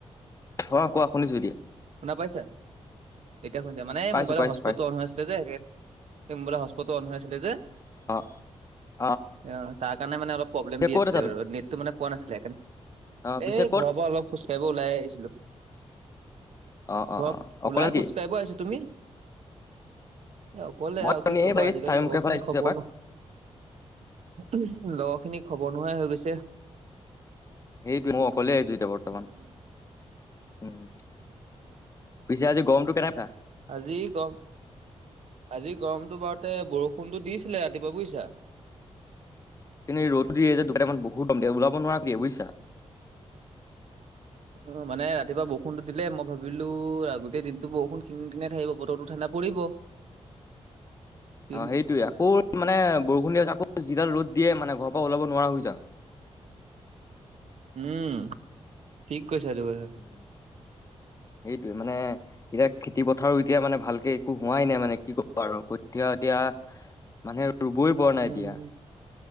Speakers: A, on the left (about 25°); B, on the right (about 70°).
A: অহ, ' কোৱা শুনিছোঁ এতিয়া।
B: শুনা পাইছা? এতিয়া শুনিছা, মানে এই
A: পাইছো
B: মোবাইলৰ
A: পাইছো
B: হস্পটটো
A: পাইছো।
B: আন হৈ আছিলে যে সেই এই মোবাইলৰ হস্পতটো অন হৈ আছিলে যে।
A: অহ।
B: অহ, তাৰ কাৰণে মানে অলপ প্ৰব্লেম দি
A: ক'ত
B: আছিলে,
A: আছা তুমি?
B: নেটটো মানে পোৱা নাছিলে সেইকাৰণ।
A: অ' পিছে
B: এই
A: ক'ত
B: ঘৰৰ পৰা অলপ খোজ কাঢ়িব ওলাই আহিছিলোঁ।
A: অ' অ'
B: ঘৰত
A: অ' অকলে
B: ওলাই
A: নেকি?
B: খোজ কাঢ়িব আহিছোঁ। তুমি? এ অকলে
A: মই
B: আৰু
A: এনেই
B: কি ক'বা,
A: বাকী
B: আজিকালি
A: চাৰিমুখীয়া
B: লগৰ খিনি
A: ফালে আহিছো
B: খবৰ
A: এপাক।
B: নোহো উম, লগৰখিনি খবৰ নোহোৱাই হৈ গৈছে।
A: সেইটোৱে মই অকলে আহিছোঁ এতিয়া বৰ্তমান,
B: উম
A: উম।
B: উম
A: পিছে আজি গৰমটো কেনে পাইছা?
B: আজি গম, আজি গৰমতটো বাৰতে বৰষুণটো দিছিলে ৰাতিপুৱা বুজিছা।
A: কিন্তু ৰ'দটো দিয়ে যে দুট মান বহুত একদম দিয়ে, ওলাব নোৱাৰোৱ দিয়ে বুজিছা।
B: অহ, মানে ৰাতিপুৱা বৰষুণটো দিলে মই ভাবিলোঁ, গোটেই দিনতটো বৰষুণ কিনি কিনাই থাকিব, বতৰটো ঠাণ্ডা পৰিব। <inaudible> কিন
A: অহ, সেইটোৱে আকৌ মানে বৰষুণ দিয়ে আকৌ যিডাল ৰ'দ দিয়ে মানে ঘৰ পৰা ওলাব নোৱাৰা হৈ যাওঁ।
B: উম, ঠিক কৈছা এইটো কথা।
A: যাওঁ। সেইটোৱে মানে এতিয়া খেতি পথাৰো এতিয়া মানে ভালকে একো হোৱাই নাই, মানে কি কব আৰু কঠিয়া এতিয়া মানে ৰুবই পৰা
B: উম।
A: নাই এতিয়া।